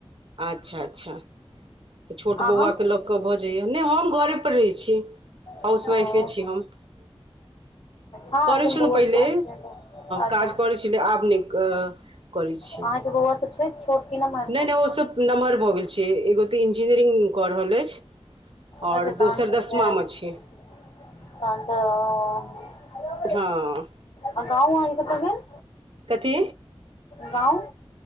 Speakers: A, on the right; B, on the left.
A: अच्छा अच्छा तऽ छोट
B: अहाँ
A: बौआकेँ लऽ कऽ भऽ जाइए नहि हम घरेपर रहै छी हाउसवाइफे
B: ओ
A: छी हम
B: हँ
A: करय
B: एखन
A: छलो
B: बौआ
A: पहिले
B: छोट छै अच्छा
A: काज कर छलै आब नए क करय छियै
B: अहाँके बौआ सब छै छोट कि नमहर
A: नहि नहि ओ सब नम्हर भऽ गेल छै एगो तऽ इंजीनियरिंग कऽ रहल अछि
B: अच्छा
A: आओर
B: तहन
A: दोसर
B: तऽ
A: दसमा
B: फेर
A: मे छै
B: तहन तऽ ओ
A: हँ
B: आ गाँव अहाँ कत दिन
A: कथी
B: गाँव